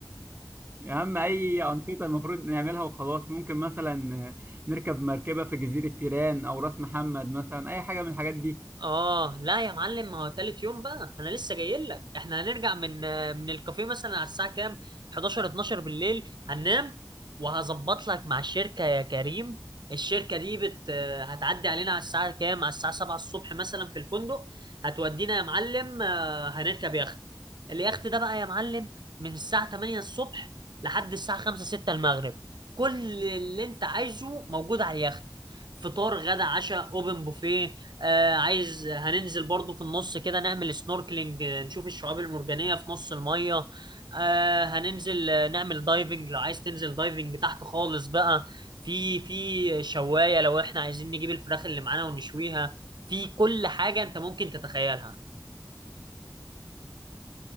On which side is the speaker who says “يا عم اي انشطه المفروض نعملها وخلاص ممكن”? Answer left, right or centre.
Right